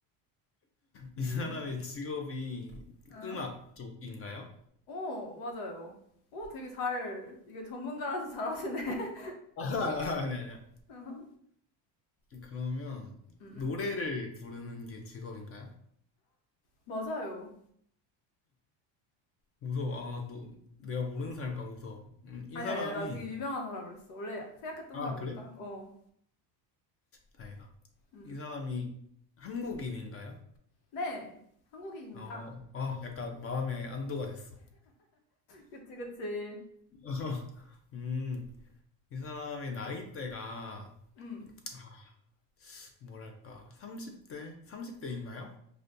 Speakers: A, on the left (about 30°); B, on the left (about 80°).
A: 이
B: 응?
A: 사람의 직업이
B: 어?
A: 음악 쪽인가요?
B: 어, 맞아요. 오, 되게 잘, 이게 전문가라서 잘하시네. <laughs>
A: 아, <laughs> 아, 아니, 아니야.
B: 어허.
A: 그러면
B: 음, 음.
A: 노래를 부르는 게 직업인가요?
B: 맞아요.
A: 무서워. 아, 너, 내가 모르는 사람일까 무서워. 음, 이
B: 아니,
A: 사람이,
B: 아니야. 나 되게 유명한 사람을 했어. 원래 생각했던
A: 아,
B: 사람
A: 그래?
B: 말고 딴 거. 어.
A: 다행이다.
B: 음.
A: 이 사람이 한국인인가요?
B: 네, 한국인입니다.
A: 어, 아, 약간 마음에 안도가 됐어.
B: <laughs> 그치, 그치.
A: <laughs> 음, 이 사람의 나이대가,
B: 음,
A: 아, 뭐랄까, 30대? 30대인가요?